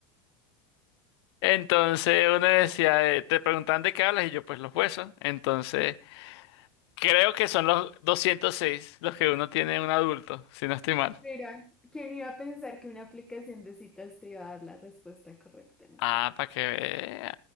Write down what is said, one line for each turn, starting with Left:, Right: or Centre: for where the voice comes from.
Left: Entonces uno decía, eh, te preguntan de qué hablas y yo pues los huesos. Entonces creo que son los 206 los que uno tiene en un adulto, si no estoy mal.
Centre: Mira, ¿quién iba a pensar que una aplicación de citas te iba a dar la respuesta correcta en este
Left: Ah, para que vea.